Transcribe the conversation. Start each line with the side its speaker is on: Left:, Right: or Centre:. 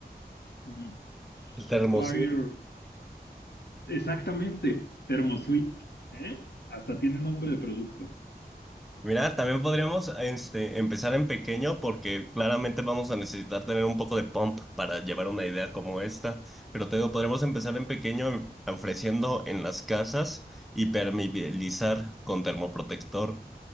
Left: mm,
Centre: El termosud.
Left: Fire, exactamente, Thermosuite, ¿eh? Hasta tiene nombre de producto.
Centre: Mira, también podríamos este, empezar en pequeño porque claramente vamos a necesitar tener un poco de pump para llevar una idea como esta. Pero te digo, podríamos empezar en pequeño en- ofreciendo en las casas impermeabilizar con termoprotector.